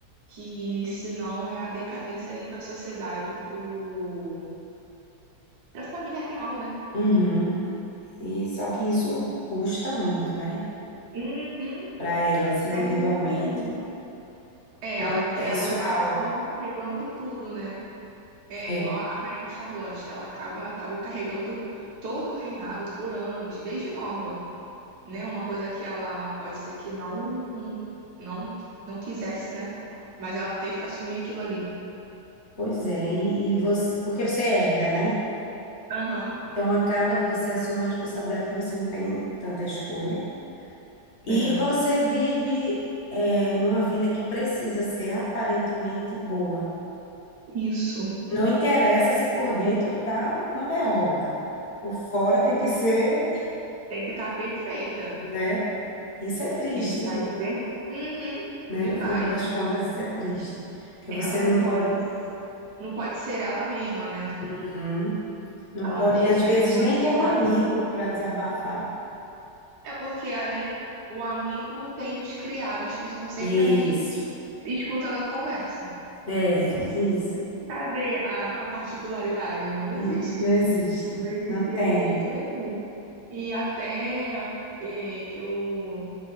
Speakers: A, on the right; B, on the left.
A: que senão é a decadência ali para a sociedade, pro para a família real, né?
B: Uhum. E só que isso custa muito, né?
A: Uhum,
B: para elas individualmente.
A: tem. É
B: É
A: ela,
B: um
A: porque
B: preço
A: elas acabam
B: alto.
A: carregando tudo, né? É
B: É,
A: igual a Rainha Charlotte, ela acaba acabou carregando todo o reinado por anos, desde nova, né? Uma coisa que ela pode ser que não não não quisesse, né? Mas ela teve que assumir aquilo ali.
B: pois é, e, e você, porque você herda, né?
A: Aham,
B: Então acaba que você assume a responsabilidade que você não tem tanta escolha. E
A: é.
B: você vive é, numa vida que precisa ser aparentemente boa.
A: Isso.
B: Não interessa se por dentro tá uma derrota. Por fora tem que ser,
A: Tem que estar perfeita.
B: né? Isso é triste,
A: Tem que estar de perto. Uhum,
B: né?
A: demais.
B: No final das contas, isso é triste. Porque
A: Ela
B: você
A: não
B: não
A: pode,
B: pode.
A: não pode ser ela mesma, né?
B: Uhum. Não
A: Ela
B: pode,
A: tem
B: às
A: que
B: vezes,
A: demonstrar.
B: nem ter um amigo para desabafar.
A: É porque além o amigo tem os criados que estão sempre
B: Isso.
A: ali escutando a conversa.
B: É, isso.
A: Cadê a, a particularidade? Não
B: Não,
A: existe.
B: não existe.
A: Não existia
B: Não tem.
A: de jeito nenhum. E até eh, eu